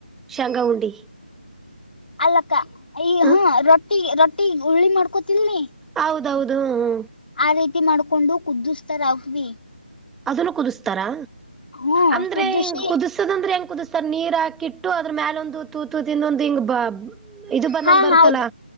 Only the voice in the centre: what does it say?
ಶಾಂಗಾ ಉುಂಡಿ
ಹ
ಹೌದೌದು ಹೂ ಹೂ
ಅದನ್ನು ಕುದಿಸ್ತಾರಾ
ಅಂದ್ರೆಂಗ
ಕುದಿಸದಂದ್ರೆ ಹೆಂಗ ಕುದಿಸ ನೀರ್ ಹಾಕಿಟ್ಟು ಅದ್ರ ಮ್ಯಾಲ ಒಂದು ತೂತು ತಿಿಂದ ಒಂದ್ ಹಿಂಗ್ ಇದು ಬಂದಂಗ
ಬರುತ್ತಲ್ಲಾ